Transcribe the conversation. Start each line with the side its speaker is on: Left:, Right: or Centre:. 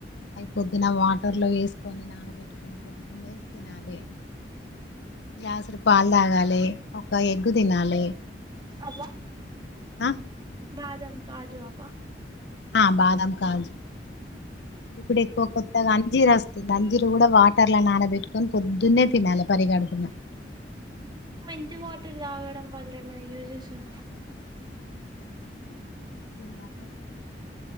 Left: అవి పొద్దున వాటర్ లో వేసుకొని నానబెట్టుకొని పొద్దున్నే తినాలి గ్లాసడు పాలు తాగాలే ఒక ఎగ్గు తినాలి
Right: అవ్వ
Left: ఆ
Right: బాదం కాజు అవ్వ
Left: ఆ బాదం కాజు ఇప్పుడు ఎక్కువ కొత్తగా అంజీర వస్తుంది అంజీరు కూడా వాటర్ నానబెట్టుకొని పొద్దున్నే తినాలి పరిగడుపున
Right: మెంతి వాటర్ తాగడం వల్ల ఏమైనా యూజెస్ ఉన్నాయా
Left: ఏం వాటర్